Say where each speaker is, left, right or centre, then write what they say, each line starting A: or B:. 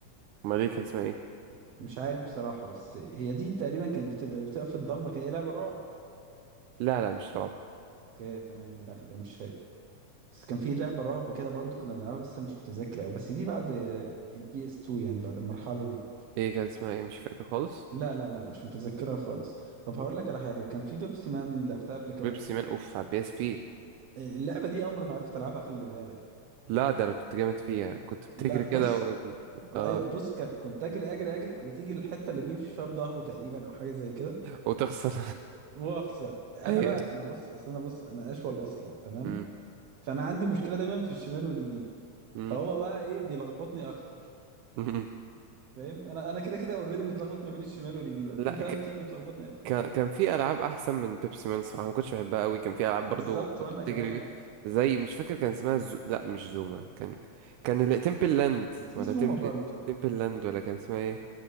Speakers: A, on the right; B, on the right.
A: امال ايه كان اسمها ايه
B: مش عارف بصراحة بس هي دي تقريبا كانت بتبقى بتبقى في الضلمة كده هي لعبة رعب
A: لا لا مش رعب
B: اوكي تمام لا يبقى مش هي بس كان في لعبة رعب كده برضو كنا بنلعبها بس انا مش متذكر أوي بس دي بعد البي اس 2 يعني بعد المرحلة دي
A: ايه كان اسمها ايه مش فاكر خالص
B: لا لا لا مش متذكرها خالص طب هقول لك على حاجة كان في بيبسي مان لعبتها قبل كده
A: بيبسي مان اوف على بي اس بي
B: آه، اللعبة دي عمري ما عرفت ألعبها خلي بالك
A: لا ده انا كنت جامد فيها كنت بتجري
B: لا بص
A: كده و...
B: أيوة
A: اه
B: بص ك- كنت أجري أجري أجري وتيجي الحتة اللي بيمشي فيها بظهره تقريبا أو حاجة زي كده
A: وتخسر
B: وأخسر أنا
A: <laughs> ايوه
B: بقى أنا بص أصل أنا بص أنا أشول أصلا تمام
A: أمم،
B: فأنا عندي مشكلة دايما في الشمال واليمين
A: أمم،
B: فهو بقى إيه بيلخبطني أكتر
A: أمم.
B: فاهم أنا أنا كده كده أوريدي متلخبط ما بين الشمال واليمين أنت
A: لا
B: بقى بتيجي بتلخبطني أكتر
A: كان كان في العاب احسن من بيبسي مان صراحه ما كنتش بحبها قوي كان في العاب برضو
B: بالظبط
A: كنت
B: وأنا
A: بتجري
B: كمان
A: بيها زي مش فاكر كان اسمها زو... لا مش زوما كان كان ال- تمبل لاند
B: في
A: ولا
B: زومة
A: تمبل
B: برضه
A: تمبل لاند ولا كان اسمها ايه